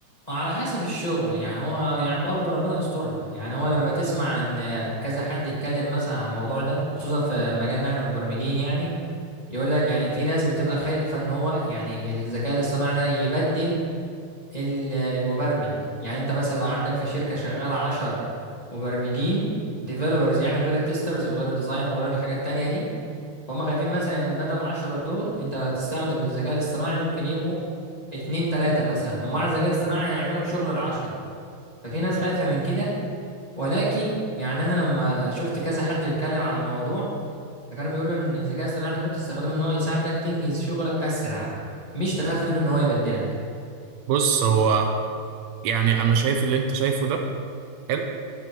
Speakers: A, on the left; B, on the right.
A: على حسب الشغل يعني هو يعني برضه ربنا يسترها يعني هو لما تسمع ان كذا حد يتكلم مثلا عن الموضوع ده وخصوصا في مجالنا احنا مبرمجين يعني يقول لك يعني في ناس بتبقى خايفة ان هو يعني الذكاء الاصطناعي ده يبدل ال- المبرمج يعني انت مثلا لو عندك في شركة شغالة عشر مبرمجين ديفلوبرز يعني غير التسترز وغير الديزاين وغير الحاجات التانية دي فهم خايفين مثلا ان بدل العشرة دول انت لو هتستخدم الذكاء الاصطناعي ممكن يبقوا اتنين تلاتة مثلا ومع الذكاء الاصطناعي هيعملوا شغل العشرة ففي ناس خايفة من كده ولكن يعني أنا لما شفت كذا حد بيتكلم عن الموضوع فكانوا بيقولوا إن الذكاء الاصطناعي ده المفروض تستخدمه إن هو يساعدك تنجز شغلك أسرع مش تخاف منه إن هو يبدلك
B: بص هو يعني انا شايف اللي انت شايفه ده حلو